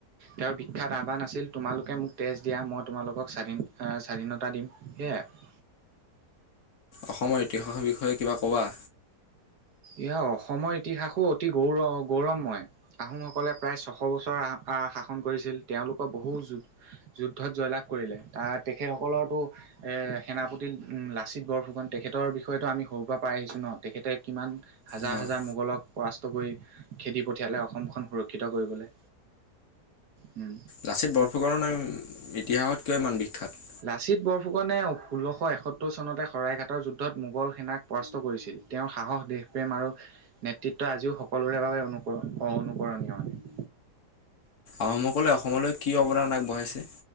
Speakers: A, on the right (about 70°); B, on the left (about 60°).
A: তেওঁৰ বিখ্যাত আহ্বান আাছিল তোমালোকে মোক তেজ দিয়া, মই তোমালোকক স্বাধীন আ' স্বাধীনতা দিম, সেয়াই।
B: অসমৰ ইতিহাসৰ বিষয়ে কিবা ক'বা?
A: ইয়াৰ অসমৰ ইতিহাসো অতি গৌৰ-গৌৰম হয়। আহোমসকলে প্ৰায় ছশ বছৰ আহ, আহ, শাসন কৰিছিল। তেওঁলোকো বহু যু- যুদ্ধত জয়লাভ কৰিলে, তা, তেখেতসকলৰটো- এ' সেনাপতি ম' লাচিত বৰফুকন তেখেতৰ বিষয়েটো আমি সৰুৰ পৰা পাই আহিছোঁ ন। তেখেতে কিমান- হাজাৰ
B: নহয়।
A: হাজাৰ মোগলক পৰাস্ত কৰি খেদি পঠিয়ালে অসমখন সুৰক্ষিত কৰিবলে। উম।
B: লাচিত বৰফুকণৰ নাম ইতিহাসত কিয় ইমান বিখ্যাত?
A: লাচিত বৰফুকনে সোল্লশ এসত্তৰ চনতে শৰাইঘাটৰ যুদ্ধত মোগল সেনাক- পৰাস্ত কৰিছিল। তেওঁৰ সাহস দেশ- প্ৰেম আৰু নেতৃত্ব আজিও সকলোৰে বাবে অনুকৰণ, অ', অনুকৰণীয় মানে।
B: আহোমসকলে অসমলৈ কি অৱদান আগবঢ়াইছে?